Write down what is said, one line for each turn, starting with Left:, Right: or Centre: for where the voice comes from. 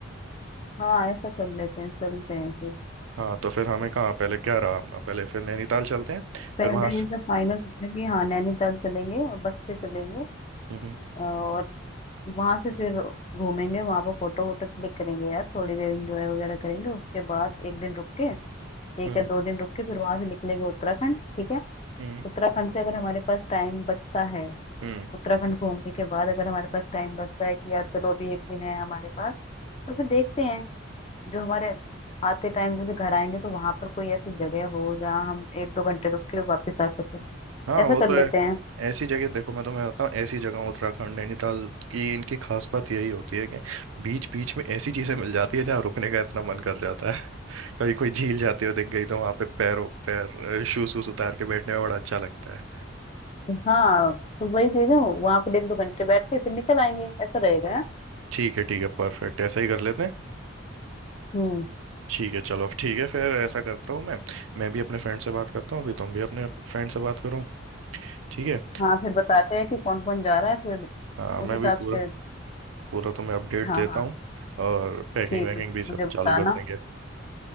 Left: हाँ ऐसा कर लेते हैं चलते हैं फिर
Right: हाँ तो फिर हमें कहाँ पहले क्या रहा अपना पहले फिर नैनीताल चलते हैं
Left: पहले
Right: फिर वहां
Left: ये
Right: से
Left: सब फाइनल करते हैं कि हाँ नैनीताल चलेंगे और बस से चलेंगे
Right: हम्म
Left: और वहां से फिर घूमेंगे वहां पर फोटो वोटो क्लिक करेंगे यार थोड़ी देर एंजॉय वगैरह करेंगे उसके बाद एक दिन रुक के
Right: हम्म
Left: एक या दो दिन रुक के फिर वहां से निकलेंगे उत्तराखंड ठीक है
Right: हम्म
Left: उत्तराखंड से अगर हमारे पास टाइम बचता है
Right: हम्म
Left: उत्तराखंड घूमने के बाद अगर हमारे पास टाइम बचता है कि यार चलो अभी एक दिन है हमारे पास तो फिर देखते हैं जो हमारे आते टाइम जैसे घर आएंगे तो वहां पर कोई ऐसी जगह हो जहाँ हम एक दो घंटे रुक के वापस आ सकें
Right: हाँ
Left: ऐसा
Right: वो
Left: कर
Right: तो है
Left: लेते हैं
Right: ऐसी जगह देखो मैं तुम्हें बताता हूँ ऐसी जगह उत्तराखंड नैनीताल की इनकी खास बात यही होती है कि बीच बीच में ऐसी चीजें मिल जाती है जहाँ रुकने का इतना मन कर जाता है <laughs> कभी कोई झील जाते हुए दिख गई तो वहां पे पैरों पैर शूज वूज उतार के बैठने में बड़ा अच्छा लगता है
Left: हाँ तो वही चीज है वहां पर एक दो घंटे बैठ के फिर निकल आएंगे ऐसा रहेगा है?
Right: ठीक है ठीक है परफेक्ट ऐसा ही कर लेते हैं
Left: हम्म
Right: ठीक है चलो ठीक है फिर ऐसा करता हूँ मैं मैं भी अपने फ्रेंड से बात करता हूँ अभी तुम भी अपने फ्रेंड से बात करो ठीक है
Left: हाँ फिर बताते हैं कि कौन कौन जा रहा है फिर
Right: हाँ
Left: उस
Right: मैं
Left: हिसाब
Right: भी पूरा
Left: से
Right: पूरा तुम्हें अपडेट
Left: हाँ
Right: देता
Left: हाँ
Right: हूँ और पैकिंग
Left: ठीक
Right: वैकिंग
Left: है
Right: भी सब
Left: मुझे बताना
Right: चालू कर देंगे